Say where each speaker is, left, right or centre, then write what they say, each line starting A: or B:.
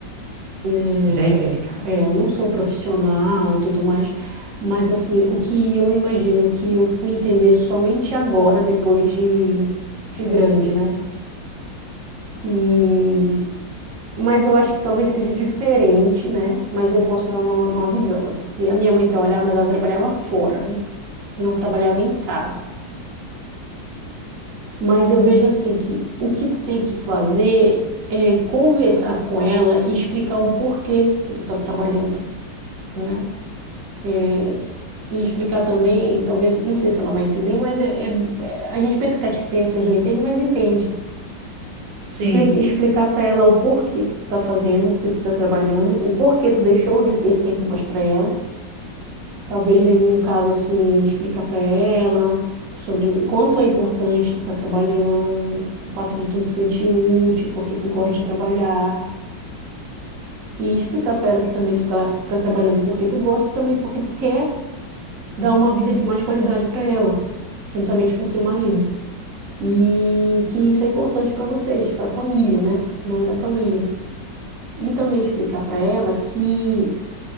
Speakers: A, on the right; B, on the right.
A: Né,
B: Bem delicado.
A: é, eu não sou profissional e tudo mais, mas assim, o que eu imagino que eu fui entender somente agora, depois de, de grande, né? Que... Mas eu acho que talvez seja diferente, né? Mas eu posso dar uma, uma visão. Assim, que a minha mãe trabalhava, mas ela trabalhava fora, né? Não trabalhava em casa. Mas eu vejo assim que o que tu tem que fazer é conversar com ela e explicar o porquê que tu tá trabalhando, né? É, e explicar também, talvez, não sei se ela vai entender, mas é, é- é- a gente pensa que as crianças não entendem, mas entende.
B: Sim,
A: Expli- Explicar para ela o porquê que tu tá fazendo, que tu tá trabalhando, o porquê tu deixou de ter tempo mais para ela Talvez num caso assim, explicar para ela sobre o quanto é importante tu tá trabalhando, o fato de tu se sentir útil, porque tu gosta de trabalhar, e explicar para ela que também tu tá, tu tá trabalhando porque tu gosta e também porque tu quer dar uma vida de mais qualidade para ela, juntamente com seu marido. E que isso é importante para vocês, para a família, né? Em nome da família. E também explicar para ela que